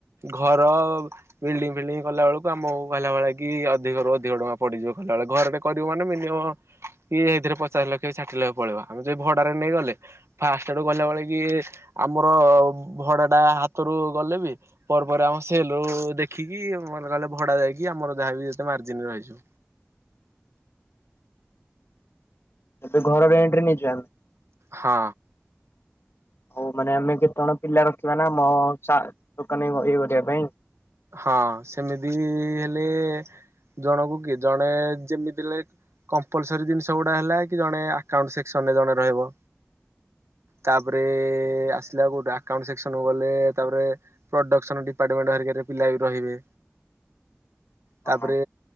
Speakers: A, on the right; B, on the left.
A: ଘର ବିଲ୍ଡିଙ୍ଗ୍ ଫିଲ୍ଡିଙ୍ଗ୍ କଲା ବେଳକୁ ଆମକୁ କହିଲା ଭଳିଆ କି କି ଅଧିକ ରୁ ଅଧିକ ଟଙ୍କା ପଡ଼ିଯିବ। ତା ବଳେ ଘରେ କରିବ ମାନେ ମିନିମମ୍ କି ସେଇଥିରେ ପଚାଶ ଲକ୍ଷ ଷାଠିଏ ଲକ୍ଷ ପଳେଇବ, ଆମେ ଯଦି ଭଡାରେ ନେଇ ଗଲେ ଫାଷ୍ଟଡୁ ଗଲାବେଳେ କି ଆମର ଭଡା ଟା ହାତରୁ ଗଲେ ବି ପରେ ଆମ ସେଲୁ ଦେଖିକି ମେ କହେ ଭଡା ଯାଇକି, ଆମର ଯାହା ବି ଯେତେ ମାର୍ଜିନ ରେ ରହିଯିବ।
B: ଏବେ ଘର ରେଣ୍ଟ ରେ ନେଇଛୁ ଆମେ
A: ହଁ।
B: ହଉ ମାନେ ଆମେ କେତେ ଜଣ ପିଲା ରଖିବା ନା, ଆମ ଦୋକାନୀ ଇଏ କରିବା ପାଇଁ
A: ହଁ ସେମିତି ହେଲେ ଜଣକୁ କି ଜଣେ ଯେମିତି ଲ କମ୍ପଲସରୀ ଜିନିଷ ଗୁଡା ହେଲା କି ଜଣେ ଆକାଉଣ୍ଟ ସେକ୍ସନ ରେ ଜଣେ ରହିବ, ତାପରେ ଆସିଲା କଉଟୁ ଆକାଉଣ୍ଟ ସେକ୍ସନ ଗଲେ ତାପରେ ପ୍ରଡସନ ଡିପାର୍ଟମେଣ୍ଟ ହରିକାରେ ପିଲା ବି ରହିବେ
B: ହଁ
A: ତାପରେ